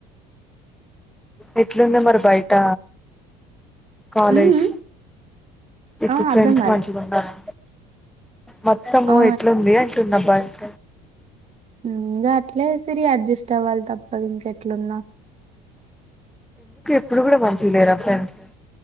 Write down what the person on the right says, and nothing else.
ఉమ్
ఆ అర్ధం
కాలే
ఆ
హు గట్లే సిరి అడ్జెస్ట్ అవలిసి అది ఇంక ఎట్లున్నా